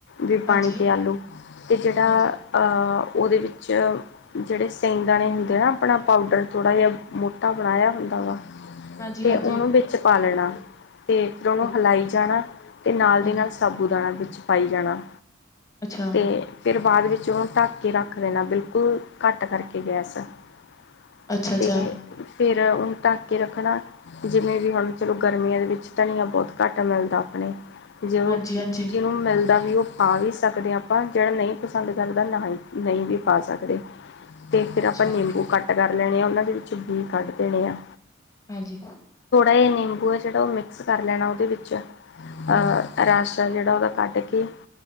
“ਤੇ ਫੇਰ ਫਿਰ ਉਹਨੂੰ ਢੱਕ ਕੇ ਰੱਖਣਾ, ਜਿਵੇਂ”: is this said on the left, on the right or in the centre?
Left